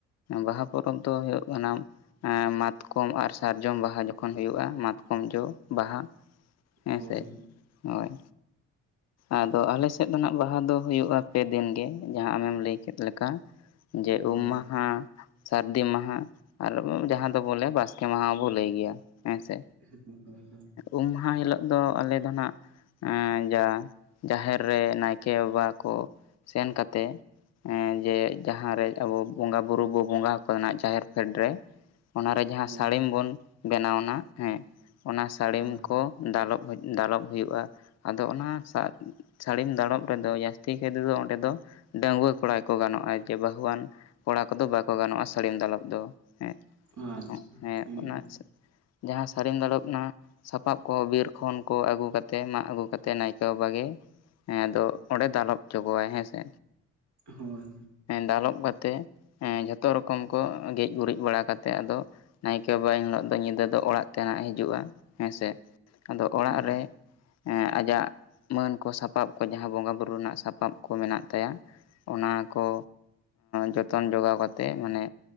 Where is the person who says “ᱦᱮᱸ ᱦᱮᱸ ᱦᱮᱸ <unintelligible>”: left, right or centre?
Right